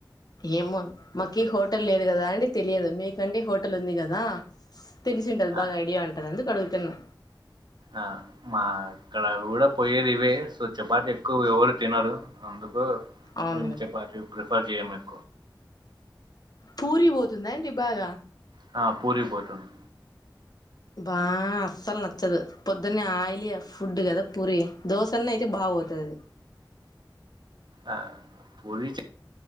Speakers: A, on the left; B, on the right.
A: ఏమో మాకు హోటల్ లేదు కదా అండి తెలియదు మీకంటే హోటల్ ఉంది కదా తెలిసి ఉంటది
B: ఆ
A: బా ఐడియా ఉంటుంది అడుగుతున్నాను
B: ఆ మా ఇక్కడ కూడా పోయేది ఇవే సో చపాత ఎక్కువ ఎవరు తినరు అందుకు
A: అవునులే
B: మేము చెపాటి ప్రిఫర్ చేయమరి
A: పూరి పోతుందా అడి బాగా
B: నా పూరిబోతుంది
A: బా అస్సలు నచ్చదు పొద్దున్న ఆయిలీ ఫుడ్ కదా పూరి దోశన్న అయితే బాగ పోతుది
B: ఆ <unintelligible>